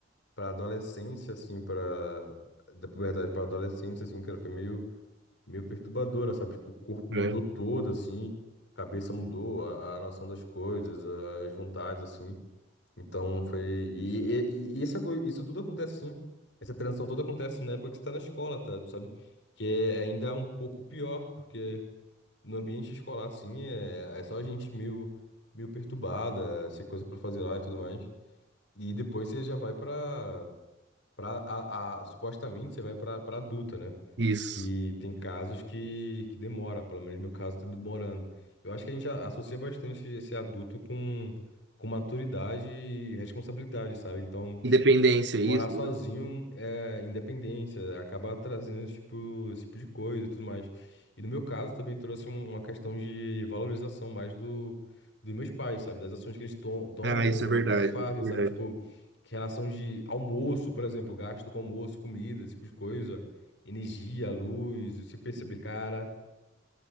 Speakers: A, on the left; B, on the right.
A: para adolescência, assim, para da puberdade para adolescência, assim, cara, foi meio meio perturbadora, sabe? Tipo, o corpo mudou
B: né?
A: todo, assim, a cabeça mudou, a, a noção das coisas, a- as vontades, assim. Então foi e, e, e essa coi- isso tudo acontece assim, essa transição toda acontece na época que você tá na escola, tá, sabe? Que é ainda é um pouco pior, porque no ambiente escolar, assim, é, é só a gente meio meio perturbada, sem coisa pra fazer lá e tudo mais. E depois você já vai pra pra, a, a- supostamente você vai pra, pra adulta, né?
B: Isso.
A: Que tem casos que, que demora, pelo menos no meu caso tá demorando. Eu acho que a gente a- associa bastante esse adulto com, com maturidade e responsabilidade, sabe? Então
B: Independência, isso.
A: morar sozinho é independência, acaba trazendo esse tipo, esse tipo de coisa e tudo mais. E no meu caso também trouxe um- uma questão de valorização mais do, dos meus pais, sabe? Das ações que eles to- tomam
B: Ah, isso é verdade,
A: e fazem,
B: isso é
A: sabe?
B: verdade.
A: Tipo, que relação de almoço, por exemplo, gasto com almoço, comida, esse tipo de coisa, energia, luz, e se perceber, cara,